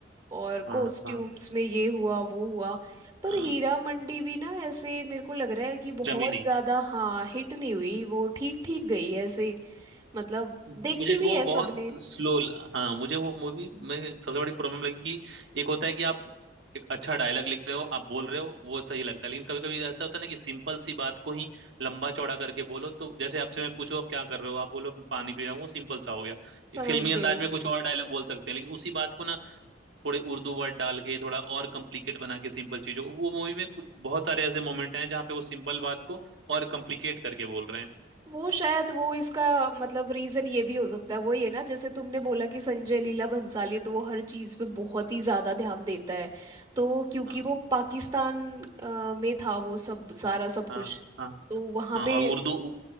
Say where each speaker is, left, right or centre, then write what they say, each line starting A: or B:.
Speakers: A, on the right; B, on the right.
A: और
B: हाँ
A: कॉस्ट्यूम्स
B: हाँ
A: में ये हुआ वो हुआ पर
B: हाँ
A: हीरा मंडी भी ना ऐसे मेरे को लग रहा है कि बहुत
B: जमी नहीं
A: ज्यादा हाँ हिट नहीं हुई वो ठीक ठीक गई ऐसे मतलब
B: मुझे
A: देखी भी
B: वो
A: है सबने
B: बहुत स्लो हाँ मुझे वो मूवी में सबसे बड़ी प्रॉब्लम लगी कि एक होता है कि आप एक अच्छा डायलॉग लिख रहे हो आप बोल रहे हो वो सही लगता है लेकिन कभी कभी ऐसा होता है ना कि सिंपल सी बात को ही लंबा चौड़ा करके बोलो तो जैसे आपसे मैं पूछूं आप क्या कर रहे हो आप बोलो मैं पानी पी रहा हूँ वो सिंपल सा हो गया
A: समझ
B: ये फिल्मी अंदाज
A: गई
B: में कुछ और डायलॉग बोल सकते हैं लेकिन उसी बात को ना थोड़े उर्दू वर्ड डाल के थोड़ा और कॉम्प्लिकेट बना के सिंपल चीजों को वो मूवी में कुछ बहुत सारे ऐसे मोमेंट हैं जहाँ पे वो सिंपल बात को और कॉम्प्लिकेट करके बोल रहे हैं
A: वो शायद वो इसका मतलब रीजन ये भी हो सकता है वो ये ना जैसे तुमने बोला कि संजय लीला भंसाली तो वो हर चीज पे बहुत ही ज्यादा ध्यान देता है तो क्योंकि
B: हाँ
A: वो पाकिस्तान अ, में था वो सब सारा सब कुछ
B: हाँ हाँ
A: तो वहां
B: हाँ
A: पे
B: और उर्दू